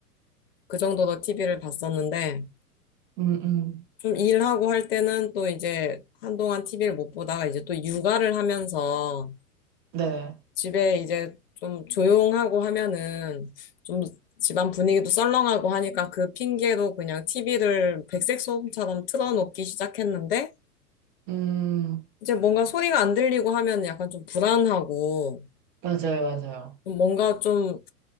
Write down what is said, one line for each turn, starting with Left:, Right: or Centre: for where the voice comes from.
Left: 그 정도로 TV를 봤었는데
Right: 음, 음.
Left: 좀 일하고 할 때는 또 이제 한동안 TV를 못 보다가 이제 또 육아를 하면서
Right: 네.
Left: 집에 이제 좀 조용하고 하면은 좀 집안 분위기도 썰렁하고 하니까 그 핑계로 그냥 TV를 백색 소음처럼 틀어놓기 시작했는데
Right: 음,
Left: 이제 뭔가 소리가 안 들리고 하면 약간 좀 불안하고
Right: 맞아요, 맞아요.
Left: 좀 뭔가 좀